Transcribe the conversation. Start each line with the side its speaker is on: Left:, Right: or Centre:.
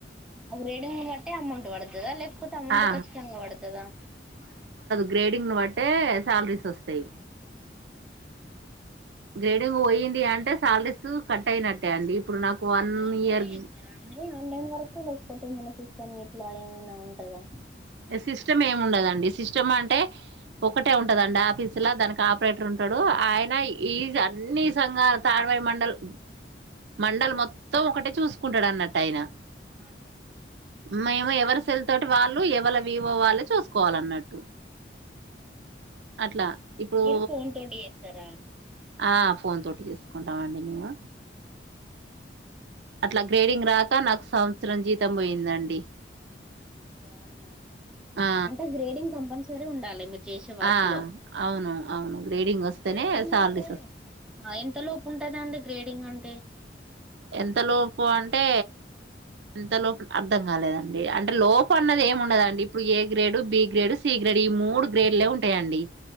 Centre: ఆ గ్రేడింగ్ బట్టే అమౌంట్ వడతదా, లేకపోతే అమౌంట్
Right: ఆ
Centre: ఖచ్చితంగా వడతదా?
Right: గ్రేడింగ్‌ను బట్టే శాలరీలు వస్తాయి. గ్రేడింగ్ వోయింది అంటే, శాలరీలు కట్ అయినట్టే అండి. ఇప్పుడు నాకు
Centre: నీ
Right: వన్
Centre: ఫోన్‌తోటే
Right: ఇయర్
Centre: జేస్తారండి, ఆన్‌లైన్ వర్క్. లేకపోతే ఏమన్నా? సిస్టమ్ గిట్లా ఏమైనా, ఉంటదా?
Right: ఏ సిస్టమ్ ఏం ఉండదండి, సిస్టమ్ అంటే? ఒక్కటే ఉంటదండి ఆఫీసులా, దానికి ఆపరేటర్ ఉంటాడు. ఆయన ఈజ్ అన్ని సంఘాల త అరవై మండల్ మండల్ మొత్తం, ఒకటే చూసుకుంటాడు అన్నట్టు ఆయన.
Centre: ఆ <unintelligible>
Right: మాయేమో, ఎవరు సెల్ తోటి వాళ్లు ఏ? వాళ్ల వివో వాళ్లే, చూసుకోవాలన్నట్టు అట్లా. ఇప్పుడూ.
Centre: మీరు ఫోన్ తోటి చేస్తారా
Right: ఆ, ఫోన్‌తోటే చేసుకుంటాం అండి, మేము. అట్లా గ్రేడింగ్ రాక, నాకు సంవత్సరం జీతం పోయిందండి.
Centre: ఓ, అవునా?
Right: ఆ
Centre: అంటే గ్రేడింగ్ కంపల్సరీ ఉండాలి మీరు? చేసే వర్క్
Right: ఆ,
Centre: లో
Right: అవును అవును. గ్రేడింగ్ వస్తేనే
Centre: గ్రేడింగ్
Right: శాలరీస్
Centre: అంటే
Right: వస్తాయి.
Centre: ఆ, ఎంత లోపు ఉంటదండి గ్రేడింగ్ అంటే?
Right: ఎంత లోపు అంటే? ఎంత లోపల అర్థం కాలేదండి. అంటే, లోప్ అన్నది ఏం ఉండదండి. ఇప్పుడు A grade, B grade, C grade. మూడు గ్రేడ్లే ఉంటాయండి